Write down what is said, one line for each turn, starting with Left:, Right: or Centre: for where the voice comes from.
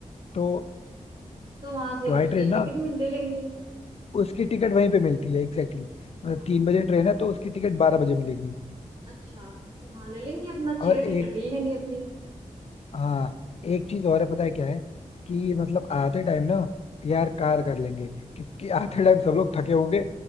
Left: तो
Right: तो वहां से
Left: टॉय
Right: उसकी
Left: ट्रेन
Right: टिकट
Left: ना
Right: में ले लेंगे
Left: उसकी टिकट वहीं पे मिलती है Exactly exactly. मतलब
Right: हाँ
Left: तीन बजे ट्रेन है तो उसकी टिकट बारह बजे मिलेगी
Right: अच्छा तो हाँ ले लेंगे अपना
Left: और
Right: छह
Left: एक
Right: टिकट ले लेंगे अपनी
Left: हाँ एक चीज और है पता है क्या है कि मतलब आते टाइम ना यार कार कर लेंगे क्योंकि आते टाइम सब लोग थके होंगे